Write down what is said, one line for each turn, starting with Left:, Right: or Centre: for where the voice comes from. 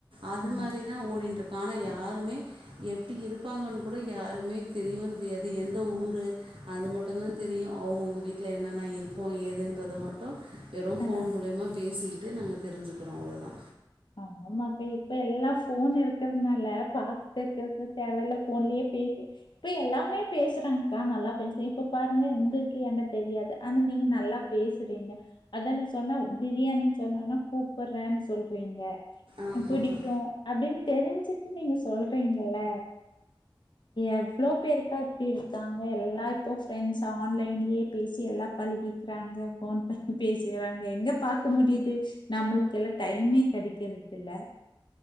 Right: அது
Left: ஆ,
Right: மாரிதா ஓடின்ருக் காண யாருமே எப்டி இருப்பாங்கன் கூட யாருமே தெரியவு தெரியாது எந்த ஊரு அது மட்டுந்தா தெரியும் அவங்கவுங்க வீட்டில என்னென்ன இருப்போ ஏதுன்றது மட்டும் வெறு போன்
Left: அ.
Right: மூலியமா பேசி அப்டினு நாங்க தெரிஞ்சுக்கிறோ அவ்ளோதா
Left: ஆமாக்கா இப்பெல்லாம் போன் இருக்கிறதுனால பாத்துக்கிறது தேவயில்ல போன்லயே பேசி இப்ப எல்லாமே பேசுறாங்க கா நல்லா <unintelligible> பேசி இப்ப பாருங்க உங்களுக்கு என்ன தெரியாத ஆனா நீங்க நல்லா பேசுறீங்க அதனா சொன்னா பிரியாணின்னு சொன்னோன்னா கூப்படுறேன்னு சொல் றிங்க
Right: ஆமாப்பா
Left: புடிக்கு அப்டின்னு தெரிஞ்சிக்குனு நீங் சொல்றீங்கல்ல எவ்ளோ பேருக்கா இப்டி இருக்காங்க எல்லா இப்ப ஃபிரண்ட்ஸ் ஆன்லைன்லயே பேசி எல்லா பழகிக்கிறாங்க போன் பண்ணி பேசுறாங்க எங்க பாக்க முடியுது நம்மளுக்கெல்லா டைமே கெடைக்கிறத்தில்ல